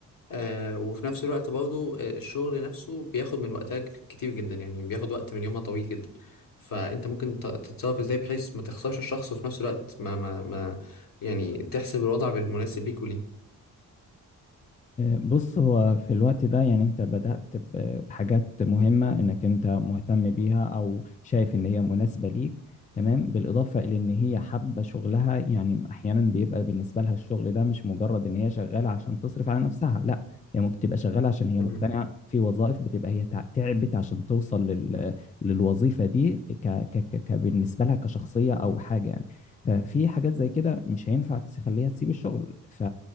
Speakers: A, on the left (about 55°); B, on the left (about 20°).
A: آه، وفي نفس الوقت برضو آه، الشغل نفسه بياخد من وقتها ك- كتير جدا يعني بياخد وقت من يومها طويل جدا فأنت ممكن ت- تتصرف إزاي بحيث ما تخسرش الشخص وفي نفس الوقت ما ما ما يعني تحسب الوضع بالمناسب ليك
B: بص هو في الوقت ده يعني انت بدأت ب- بحاجات مهمة انك انت مهتم بيها او شايف ان هي مناسبة ليك تمام بالإضافة إلى إن هي حابة شغلها يعني أحيانا بيبقى بالنسبة لها الشغل ده مش مجرد إن هي شغالة عشان تصرف على نفسها لا هي ممكن تبقى شغالة عشان هي
A: وليه
B: مقتنعة في وظائف بتبقى هي تع- تعبت عشان توصل لل... للوظيفة دي ك... ك... ك... ك- بالنسبة لها كشخصية أو حاجة يعني ففي حاجات زي كده مش هينفع تخليها تسيب الشغل ف...